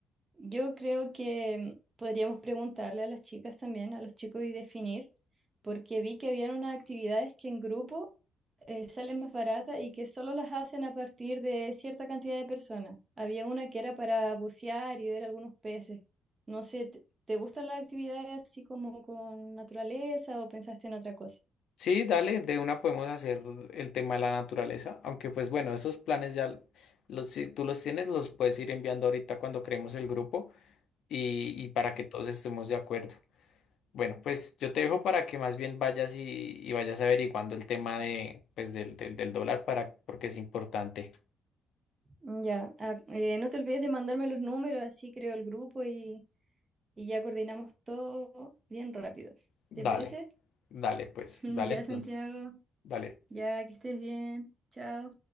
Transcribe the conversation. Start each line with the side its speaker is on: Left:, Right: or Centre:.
Right: Yo creo que em, podríamos preguntarle a las chicas también, a los chicos y definir, porque vi que habían unas actividades que en grupo eh, sale más barata y que solo las hacen a partir de cierta cantidad de personas. Había una que era para bucear y ver algunos peces. No sé, ¿te te gustan las actividades así como con naturaleza o pensaste en otra cosa?
Left: Sí, dale, de una podemos hacer el tema de la naturaleza, aunque pues bueno, esos planes ya los, si tú los tienes los puedes ir enviando ahorita cuando creemos el grupo y, y para que todos estemos de acuerdo. Bueno, pues yo te dejo para que más bien vayas y, y vayas averiguando el tema de, pues, del, del, del dólar para, porque es importante.
Right: Ujú. Ya, ah, eh, no te olvides de mandarme los números, así creo el grupo y, y ya coordinamos todo bien rápido.
Left: Dale,
Right: ¿Te parece?
Left: dale, pues,
Right: <laughs>
Left: dale
Right: Ya,
Left: entonces,
Right: Santiago,
Left: dale.
Right: ya que estés bien. Chao.